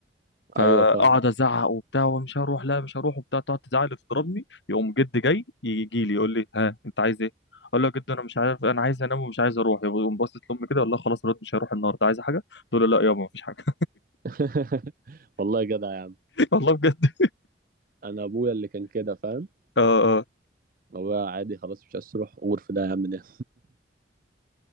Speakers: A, on the left; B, on the right.
A: فاقعد
B: ايوه فاهم
A: ازعق وبتاع ومش هروح لا مش هروح وبتاع تقعد تزعق وتضربني يقوم جد جاي يجي لي يقول لي ها انت عايز ايه اقول له يا جد انا مش عارف انا عايز انام ومش عايز اروح يقوم باصص لامي كده والله خلاص رد مش هروح النهارده عايز حاجه تقول له لا يابا مفيش حاجه
B: <laughs> والله جدع يا عم
A: <laughs> والله بجد
B: انا ابويا اللي كان كده فاهم
A: اه اه
B: هو عادي خلاص مش عايز تروح غرف ده يا عم ده